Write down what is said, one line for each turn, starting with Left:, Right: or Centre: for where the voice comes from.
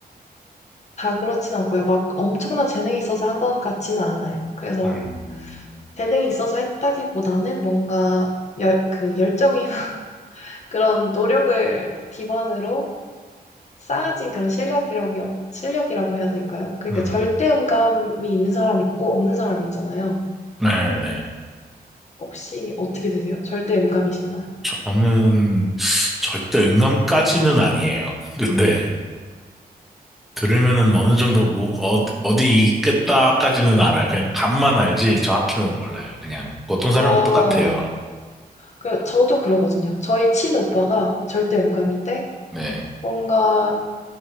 Left: 다 그렇진 않고요. 막 엄청난 재능이 있어서 한 건 같지는 않아요. 그래서
Centre: 음,
Left: 재능이 있어서 했다기보다는 뭔가 열, 그 열정이 <laughs> 그런 노력을 기반으로 쌓아진 그런 실력이라고, 실력이라고 해야 될까요? 그러니까
Centre: 음,
Left: 절대음감이 있는 사람 있고 없는 사람 있잖아요.
Centre: 네네.
Left: 혹시 어떻게 되세요? 절대음감이신가요?
Centre: 저는 절대 음감까지는 아니에요. <laughs> 근데 들으면은 어느 정도 뭐 어, 어디 있겠다까지는 알아요. 그냥 감만 알지 정확히는 몰라요. 그냥 보통 사람하고
Left: 어,
Centre: 똑같아요.
Left: 그, 저도 그러거든요. 저희 친오빠가 절대음감인데
Centre: 네.
Left: 뭔가